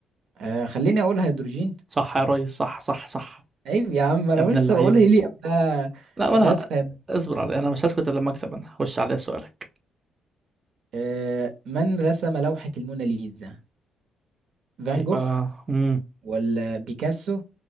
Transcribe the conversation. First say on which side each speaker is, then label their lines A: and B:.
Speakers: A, on the right; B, on the right.
A: آه، خليني اقول هيدروجين
B: صح يا ريس صح صح صح
A: عيب يا عم انا
B: يا ابن
A: لسه
B: اللعيبة
A: بقول هيليوم ده
B: لا ما
A: غاز
B: انا
A: خام
B: اصبر علي انا مش هسكت الا لما اكسب انا هخش عليه بسؤالك
A: آه، من رسم لوحة الموناليزا فان
B: يبقى
A: جوخ
B: امم
A: ولا بيكاسو